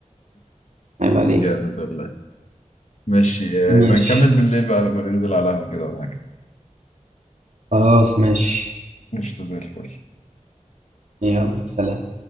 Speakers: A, on the right (about 70°); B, on the left (about 60°).
A: عيب عليك
B: جامد والله ماشي
A: ماشي
B: يعني بنكمل بالليل بقى لما ننزل على القهوة كده ولا حاجة
A: خلاص ماشي
B: قشطة زي الفل
A: يلا سلام